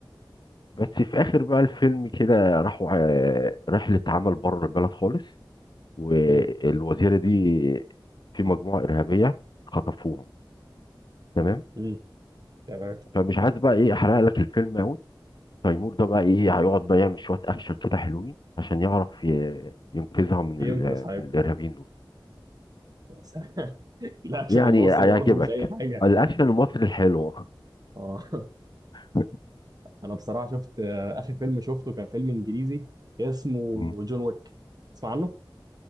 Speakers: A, on the left; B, on the right.
A: بس في اخر بقى الفيلم كده راحوا آه رحلة عمل بره البلد خالص والوزيرة
B: مم.
A: دي في مجموعة إرهابية خطفوهم تمام
B: مم. تمام
A: فمش عايز بقى ايه احرق لك الفيلم قوي، تيمور ده بقى ايه هيقعد بقى يعمل شويه اكشن كده حلوين عشان يعرف ي- ينقذها من
B: ينقذ
A: ال-
B: حبيبته
A: من الارهابيين دول
B: يا سلام <laughs> الاكشن
A: يعني
B: المصري
A: هيعجبك
B: برضه مش اي حاجه
A: الاكشن المصري الحلو
B: اه
A: <laughs>
B: انا بصراحه شفت آه، اخر فيلم شفته كان فيلم انجليزي اسمه
A: مم.
B: جون ويك تسمع عنه